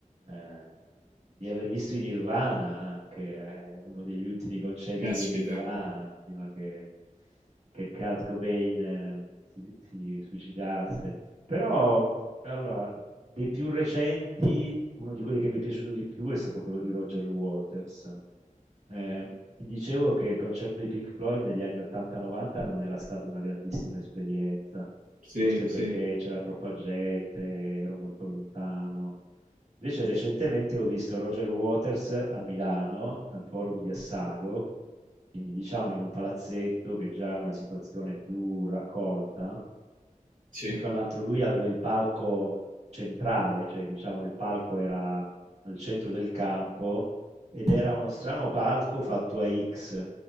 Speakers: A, on the right; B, on the right.
A: eh, di aver visto i Nirvana anche, eh, uno degli ultimi concerti
B: Caspita,
A: dei Nirvana, prima che, che Kurt Cobain, eh, si, si suicidasse. Però, allora, dei più recenti, uno di quelli che mi è piaciuto di più è stato quello di Roger Waters Ehm, ti dicevo che il concerto di Pink Floyd negli anni 80-90 non era stata una grandissima esperienza,
B: sì,
A: forse
B: sì,
A: perché c'era troppa gente, ero molto lontano, Invece recentemente ho visto Roger Waters a Milano, al Forum di Assago, quindi diciamo in un palazzetto che già è una situazione più raccolta,
B: sì,
A: e fra l'altro lui aveva il palco centrale, cioè diciamo il palco era al centro del campo ed era uno strano palco fatto a X,